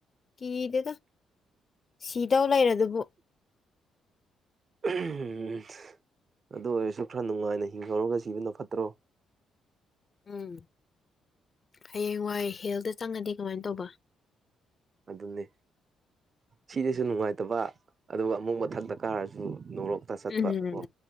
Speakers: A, on the left; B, on the right.
A: ꯁꯤꯗꯨꯗ ꯁꯤꯗꯧ ꯂꯩꯔ ꯑꯗꯨꯕꯨ
B: ꯎꯝ ꯑꯗꯨ ꯑꯣꯏꯔꯁꯨ ꯈꯔ ꯅꯨꯡꯉꯥꯏꯅ ꯍꯤꯡꯍꯧꯔꯒ ꯁꯤꯕꯅ ꯐꯠꯇ꯭ꯔꯣ
A: ꯎꯝ ꯍꯌꯦꯡ ꯋꯥꯏ ꯍꯦꯜꯗ ꯆꯪꯉꯗꯤ ꯀꯃꯥꯏ ꯇꯧꯕ
B: ꯑꯗꯨꯅꯤ ꯁꯤꯗꯁꯨ ꯅꯨꯡꯉꯥꯏꯇꯕ ꯑꯗꯨꯒ ꯑꯃꯨꯛ ꯃꯊꯛꯇ ꯀꯥꯔꯁꯨ ꯅꯣꯔꯣꯛꯇ ꯆꯠꯄ
A: ꯎꯝ
B: ꯀꯣ